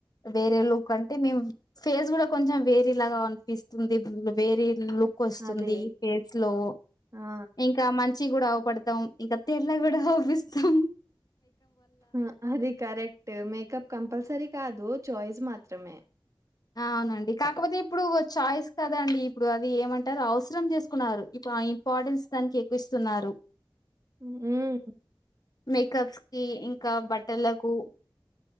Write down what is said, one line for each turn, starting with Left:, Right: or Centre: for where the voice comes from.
Left: వేరే లుక్ అంటే మేము ఫేస్ కూడా కొంచెం వేరే లాగనిపిస్తుంది వేరే లుక్ క్కోస్తుంది
Right: అదే
Left: పేస్ లో
Right: ఆ
Left: ఇంకా మం చిగ కూడా ఆవ్పడుతాం ఇంకా తెళ్ళగ కూడా ఆవ్పిస్తాం
Right: అ అది కరెక్ట్ మేకప్ కంపల్సరీ కాదు చాయిస్ మాత్రమే
Left: అవునండి కాకపోతే ఇప్పుడు చాయిస్ కదండి ఇప్పుడు అది ఏమంటారు అవసరం తీసుకున్నారు ఇప్ అ ఇంపార్టెన్స్ దానికి ఎక్కువిస్తున్నారు
Right: మ్
Left: మేకప్స్ కి ఇంకా బట్టలకు